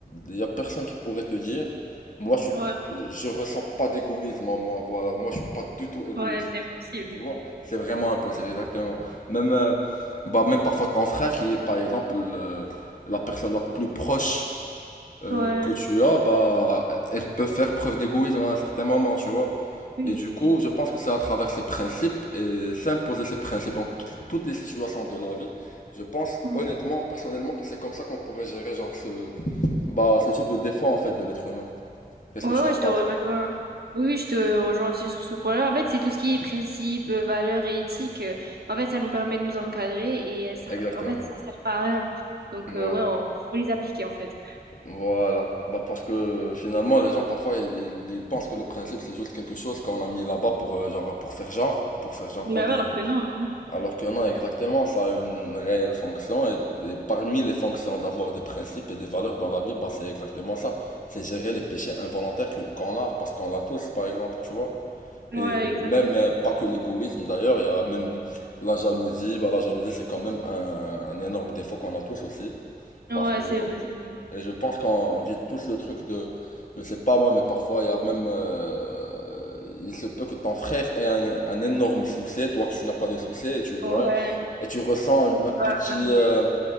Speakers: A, on the left; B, on the right.
A: Il y a personne qui pourrait te dire, moi, je suis,
B: Ouais,
A: je ressens pas d'égoïsme en moi, voilà, moi, je suis pas du tout égoïste.
B: ouais, c'est impossible.
A: Tu vois, c'est vraiment impossible, exactement. Même, euh, bah, même parfois ton frère, qui est par exemple le- la personne la plus proche euh,
B: Ouais,
A: que tu as, bah, elle peut faire preuve d'égoïsme à un certain moment, tu vois.
B: oui,
A: Et du
B: c'est
A: coup,
B: sûr.
A: je pense que c'est à travers ces principes et s'imposer ces principes dans toutes toutes les situations de la vie. Je pense
B: Mm.
A: honnêtement, personnellement, que c'est comme ça qu'on pourrait gérer genre ce, bah, ce type de défaut en fait de l'être humain. Qu'est-ce
B: Ouais,
A: que tu
B: ouais,
A: en
B: je
A: penses?
B: te rejoins. Oui, oui, je te rejoins aussi sur ce point-là. En fait, c'est tout ce qui est principe, euh, valeurs et éthique. euh, En fait, ça nous permet de nous encadrer et euh, ça,
A: Exactement.
B: en fait, ça sert pas à rien. Donc,
A: Ouais.
B: euh, ouais, on faut les appliquer, en fait.
A: Voilà, bah parce que finalement les gens parfois ils, ils pensent que le principe c'est juste quelque chose qu'on a mis là-bas pour euh, genre pour faire genre, pour faire genre
B: Bah
A: qu'on
B: ouais,
A: est.
B: alors que non.
A: Alors que non, exactement, ça a une réelle fonction et, et parmi les fonctions d'avoir des principes et des valeurs dans la vie, bah c'est exactement ça. C'est gérer les péchés involontaires que qu'on a parce qu'on l'a tous par exemple, tu vois. Et
B: hein. Ouais, exact.
A: même euh, pas que l'égoïsme d'ailleurs, il y a même la jalousie, bah la jalousie c'est quand même un un énorme défaut qu'on a tous aussi.
B: Ouais,
A: Parce que
B: c'est vrai, c'est vrai.
A: et je pense qu'on vit tous le truc de, je sais pas moi, mais parfois il y a même, euh, il se peut que ton frère ait un, un énorme succès, toi que tu n'as pas de succès, et tu vois,
B: Ouais,
A: et tu ressens un, un petit,
B: Bah, ok.
A: euh,